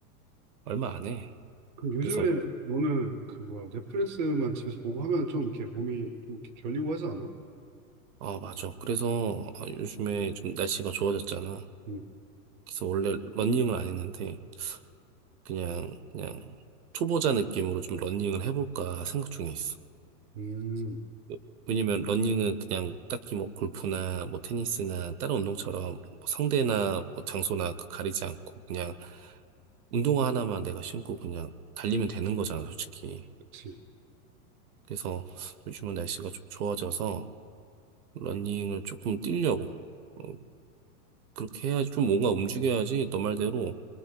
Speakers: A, on the right; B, on the right.
A: 얼마 안 해.
B: 그 요즘에
A: 그래서 뭐,
B: 너는 그 뭐야 넷플릭스만 집에서 보고 하면 좀 이렇게 몸이 좀 이렇게 결리고 하지 않아?
A: 아, 맞아. 그래서 아, 요즘에 좀 날씨가 좋아졌잖아.
B: 음,
A: 그래서 원래 러닝을 안 했는데 그냥 그냥 초보자 느낌으로 좀 러닝을 해볼까 생각 중에 있어.
B: 음,
A: 뭐 왜냐면 러닝은 그냥 딱히 뭐 골프나 뭐 테니스나 다른 운동처럼 뭐 상대나 뭐 장소나 그- 가리지 않고 그냥 운동화 하나만 내가 신고 그냥 달리면 되는 거잖아, 솔직히.
B: 그치.
A: 그래서 요즘은 날씨가 좀 좋아져서 러닝을 조금 뛰려고. 어, 그렇게 해야지 좀 뭔가 움직여야지 너 말대로